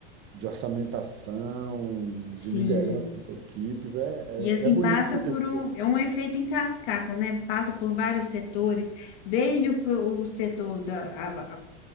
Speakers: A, on the right (about 40°); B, on the left (about 60°).
A: de orçamentação,
B: sim.
A: de liderança de equipes. É,
B: E assim,
A: é, é bonito,
B: passa por
A: de-
B: um, é um efeito em cascata, né? Passa por vários setores, desde o, o setor da